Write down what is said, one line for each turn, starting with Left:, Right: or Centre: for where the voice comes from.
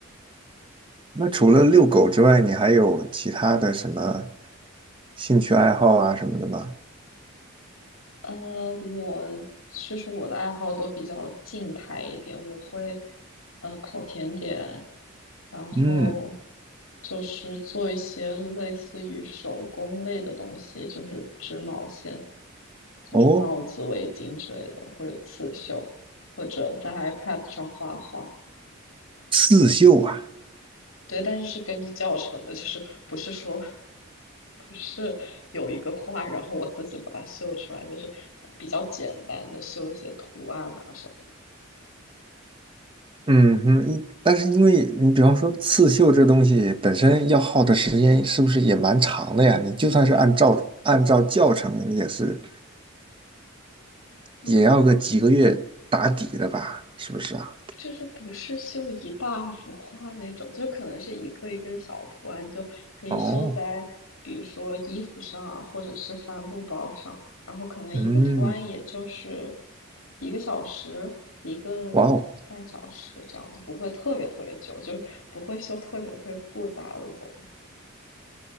Right: 那除了遛狗之外，你还有其他的什么兴趣爱好啊什么的吗？
Left: 呃，我其实我的爱好都比较静态一点，我会呃烤甜点，然后
Right: 嗯，
Left: 就是做一些类似于手工类的东西，就是织毛线，就是帽子、
Right: 哦，
Left: 围巾之类的，或者刺绣，或者在 iPad 上画画。
Right: 刺绣啊，
Left: 对，但是是跟着教程的，就是不是说不是有一个画，然后我自己把它绣出来，就是比较简单的绣一些图案啊什么。
Right: 嗯哼，因但是因为你比方说刺绣这东西本身要耗的时间是不是也蛮长的呀？你就算是按照按照教程，也是也要个几个月打底的吧？
Left: 如果
Right: 是不是啊？
Left: 就是不是绣一大幅画那种，就可能是一个一个小图案，就可以绣在比如说衣服上啊，
Right: 哦，
Left: 或者是帆布包上，然后可能一个图案也就是
Right: 嗯，
Left: 一个小时，一个半小时这样子，
Right: 哇哦，
Left: 不会特别特别久，就是不会绣特别特别复杂的东西。